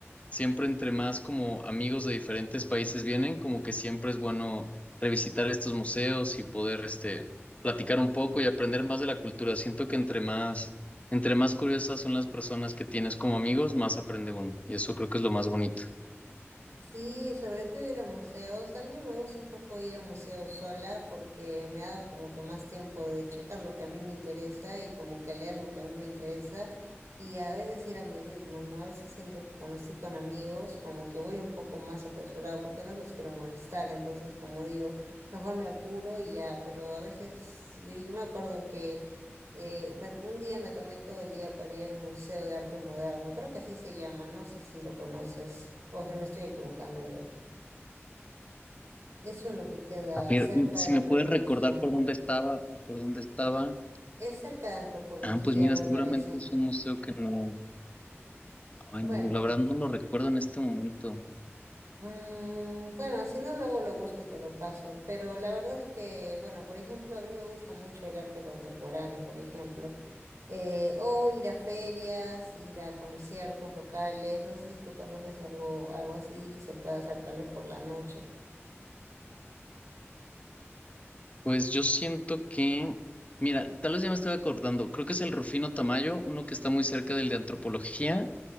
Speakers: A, on the left (about 30°); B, on the right (about 85°).
A: siempre entre más como amigos de diferentes países vienen, como que siempre es bueno revisitar estos museos y poder, este, platicar un poco y aprender más de la cultura. Siento que entre más, entre más curiosas son las personas que tienes como amigos, más aprende uno y eso creo que es lo más bonito.
B: Sí, sobre todo ir a museos. A mí me gusta un poco ir a museos sola porque me da como que más tiempo de checar lo que a mí me interesa y como que leer lo que a mí me interesa y a veces ir a mi ritmo, ¿no? A veces siento que cuando estoy con amigos como que voy un poco más apresurado porque no los quiero molestar, entonces como digo, mejor me apuro y ya, pero a veces yo yo me acuerdo que Eh, me- un día me tomé todo el día para ir al Museo de Arte Moderno, creo que así se llama, no sé si lo conoces o si me estoy equivocando yo. Es uno que queda
A: A ver,
B: cerca
A: mm, si
B: de la
A: me
B: antropología.
A: puedes recordar por dónde estaba o por dónde estaba.
B: Es cerca de antropología,
A: Ah, pues mira,
B: me
A: seguramente
B: parece.
A: es un museo que no, ay,
B: Bueno,
A: no, la verdad no lo recuerdo en este momento.
B: mm, bueno, si no, luego lo busco y te lo paso. Pero la verdad es que, bueno, por ejemplo, a mí me gusta mucho el arte contemporáneo, por ejemplo. Eh, o ir a ferias, ir a conciertos locales. No sé si tú conoces algo, algo así que se pueda hacer tal vez por la noche.
A: Pues yo siento que, mira, tal vez ya me estoy acordando, creo que es el Rufino Tamayo, uno que está muy cerca del de antropología,